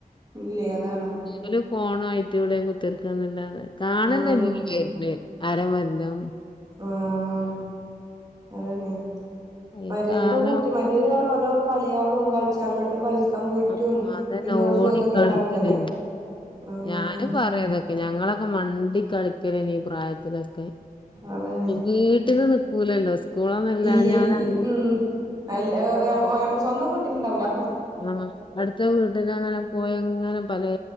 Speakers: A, on the right; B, on the left.
A: ഇല്ലേ അതാണ്
B: ഓല് ഫോണായിട്ട് ഇവിടെ കുത്തിരിക്കാന്നല്ലാതെ കാണന്നില്ല
A: ആഹ്
B: വര്ന് ആരവരനൊ
A: ആഹ് അതാണെ
B: ഈ
A: മറ്റേ
B: കാലം
A: ഇപ്പൊ കുട്ടി മറ്റേത് ന്ന് പറഞ്ഞ ഓരോ കളികളും കളിച്ച് അങ്ങട്ട് കളി ക്കാൻ പോയ്റ്റും
B: ആ, അതന്നെ
A: ഇങ്ങോട്ട്
B: ഓടി
A: വന്നിട്ടൊക്കെ
B: കളിക്കല്
A: അങ്ങനെ ആഹ്
B: ഞാനും പറയതൊക്കെ ഞങ്ങളൊക്കെ മണ്ടി കളിക്കുവേന് ഈ പ്രായ ത്തിലൊക്കെ
A: അതാണ്
B: വീട്ടില് നിക്കൂലല്ലോ സ്കൂളൊന്നില്ലാഞ്ഞാലങ്ങു
A: ഇല്ല ഉം അല്ല അ ഞമ്മ ഞമ്മള് സ്വന്തം വീട്ടിലുണ്ടാവൂല്ല
B: ആഹ് അടുത്ത വീട്ടിലങ്ങനെ പോയങ്ങനെ പലേ